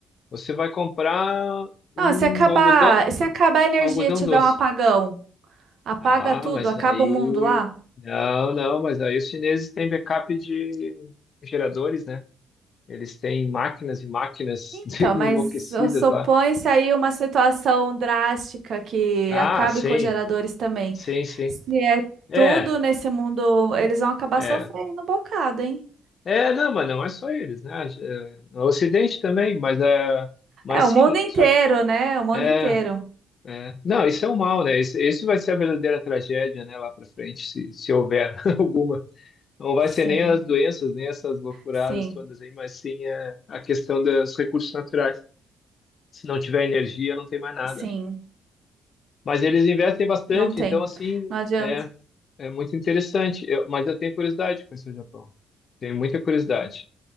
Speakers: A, on the left (about 50°); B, on the right (about 65°).
A: Você vai comprar
B: Ah,
A: um
B: se acabar,
A: algodão,
B: se acabar a energia,
A: algodão
B: e tiver
A: doce.
B: um apagão, apaga
A: Ah,
B: tudo,
A: mas
B: acaba
A: aí.
B: o mundo lá?
A: Não, não, mas aí os chineses têm backup de geradores, né? Eles têm máquinas e máquinas
B: Então,
A: <laughs> de-
B: mas
A: enlouquecidas
B: supõe-se
A: lá.
B: aí uma situação drástica que
A: Ah,
B: acabe
A: sim,
B: com os geradores também.
A: sim, sim.
B: Se é
A: É,
B: tudo nesse mundo, eles vão acabar
A: é.
B: sofrendo um bocado, hein?
A: É, não, mas não é só eles, né? É, O Ocidente também, mas, é, mas
B: É,
A: sim,
B: o mundo inteiro,
A: só.
B: né? O mundo
A: É,
B: inteiro.
A: é. Não, isso é um mal, né? Isso, isso vai ser a verdadeira tragédia, né, lá para frente, se, se houver <laughs> alguma. Não vai
B: Sim,
A: ser nem as doenças, nem essas loucuradas
B: sim,
A: todas aí, mas sim a, a questão dos recursos naturais. Se não tiver energia, não tem mais nada,
B: sim.
A: né? Mas eles investem bastante,
B: Não tem.
A: então, assim,
B: Não adianta.
A: é, é muito interessante. Eu- mas eu tenho curiosidade de conhecer o Japão. Tenho muita curiosidade.